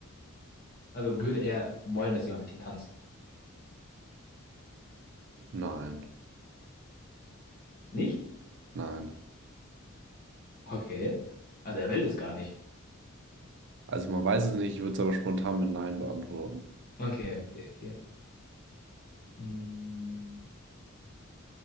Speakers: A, on the left; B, on the right.
A: Also würde er wollen, dass jemand mit ihm tanzt?
B: Nein,
A: Nicht?
B: nein.
A: Okay. Also er will das gar nicht.
B: Also man weiß es nicht, ich würde es aber spontan mit Nein beantworten.
A: Okay, okay, okay. Hm,